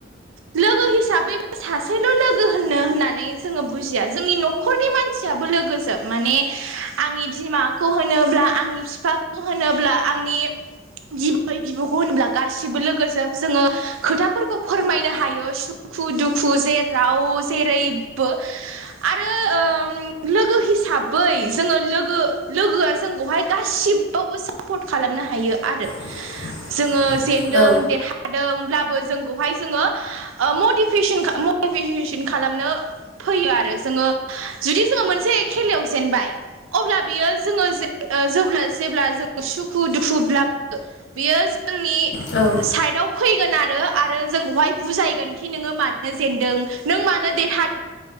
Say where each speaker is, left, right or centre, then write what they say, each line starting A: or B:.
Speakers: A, on the right (about 75°); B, on the left (about 60°).
A: लोगो हिसाबै सासेल' लोगो होननो होननानै जोङो बुजिया जोंनि न'खर न'खरनि मानसियाबो लोगोज माने आंनि बिमाखौ होनोब्ला आंनि बिफाखौ होनोब्ला आंनि बिबै बिबौखौ होनोब्ला गासिबो लोगोजोब जोङो खोथाफोरखौ फोरमायनो हायो सुखु दुखु जेराव जेरैबो आरो लोगो हिसाब बै जोङो लोगो लोगोआ जोंखौहाय गासिबावबो सापर्ट खालामनो हायो आरो।
B: <inaudible>
A: जोङो जेेनदों
B: औ
A: देरहादोंब्लाबो जोंखौहाय जोङो मटिभेसन मटिभेसन खालामनो फैयो आरो जोङो जुदि जोङो मोनसे खेलायाव जेनबाय अब्ला बियो जोङो जेब्ला जेब्ला जों सुखु दुखुब्लाबोबो बेयो जोंनि
B: औ
A: साइदाव फैगोन आरो आरो जोंखौहाय बुजायगोनखि नोङो मानो जेनदों नों मानो देरह <inaudible>